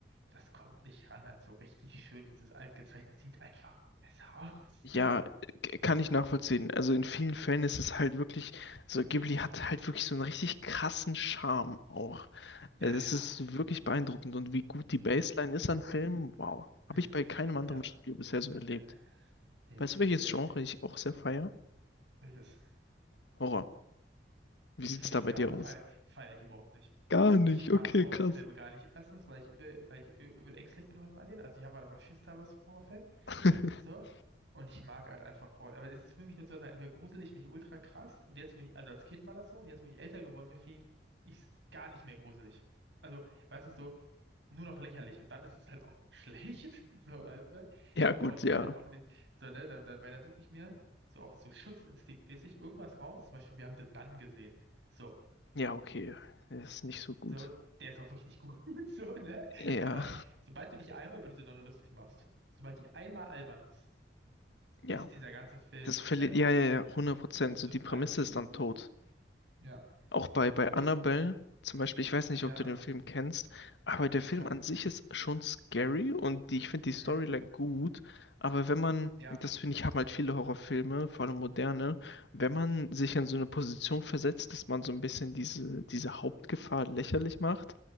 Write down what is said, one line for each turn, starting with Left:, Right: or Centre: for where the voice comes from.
Right: Das kommt nicht ran an so richtig schön, dieses altgezeichnete. Sieht einfach besser aus.
Left: Ja,
Right: <laughs> So.
Left: k- kann ich nachvollziehen. Also in vielen Fällen ist es halt wirklich, so Ghibli hat halt wirklich so einen richtig krassen Charme auch.
Right: Ja,
Left: Äh, Das
Right: ja.
Left: ist wirklich beeindruckend und wie gut die Baseline ist an Filmen, wow. Habe
Right: Ja,
Left: ich bei keinem anderen
Right: ja.
Left: Studio bisher so erlebt.
Right: äh, Nee,
Left: Weißt
Right: das
Left: du,
Right: hilft
Left: welches
Right: mir.
Left: Genre ich auch sehr feier?
Right: Das
Left: Horror. Wie sieht's
Right: finde
Left: da
Right: ich
Left: bei
Right: gar,
Left: dir
Right: feier,
Left: aus?
Right: feier ich überhaupt nicht.
Left: Gar nicht,
Right: Ich mag
Left: okay,
Right: Horrorfilme
Left: krass.
Right: gar nicht. Erstens, weil ich übel, weil ich ü- übel ängstlich bin, was das angeht. Also ich habe halt einfach Schiss teilweise vor
Left: <laughs>
Right: So. Und ich mag halt einfach Horror. Aber es ist für mich nur zwei Sachen. Entweder grusel ich mich ultra krass und jetzt, wo ich, also als Kind war das so, und jetzt, wo ich älter geworden bin, finde ich es gar nicht mehr gruselig. Also, weißt du, so nur noch lächerlich. Und dann ist es halt auch <laughs> schlecht, so, weißt du.
Left: Ja,
Right: Dann
Left: gut,
Right: brauche ich
Left: ja.
Right: mich halt auch nicht, so, ne, dann, dann, weil dann suche ich mir so auch so schutzinstinktmäßig irgendwas raus. Zum Beispiel, wir haben den Mann gesehen. So,
Left: Ja, okay. Das ist nicht so gut.
Right: so, der ist auch wirklich nicht gut, <laughs> so, ne.
Left: Ja,
Right: Aber sobald du dich einmal über diese Nonne lustig machst, sobald die einmal albern ist,
Left: ja.
Right: ist dieser ganze Film
Left: Das verliert,
Right: albern.
Left: ja, ja, ja, 100%. So
Right: So
Left: die Prämisse
Right: alles.
Left: ist
Right: Mhm.
Left: dann tot.
Right: Ja.
Left: Auch bei, bei
Right: Zu
Left: Annabelle
Right: welchen.
Left: zum Beispiel, ich weiß nicht,
Right: Ja,
Left: ob du den Film kennst, aber der Film
Right: ja.
Left: an sich ist schon scary und die, ich finde die Storyline
Right: mm,
Left: gut. Aber wenn man,
Right: ja.
Left: das finde ich, haben halt viele Horrorfilme, vor allem moderne, wenn man sich in so eine Position versetzt, dass man so ein bisschen diese, diese Hauptgefahr lächerlich macht,